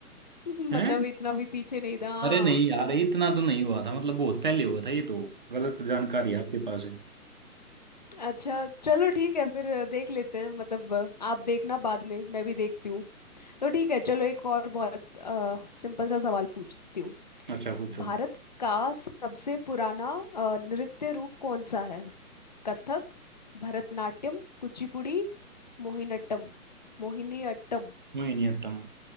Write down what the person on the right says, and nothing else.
हैं
अरे नहीं यार इतना तो नहीं हुआ था मतलब बहुत पहले हुआ था ये तो गलत जानकारी
आपके पास है
अच्छा पूछो
मोहिनीअट्टम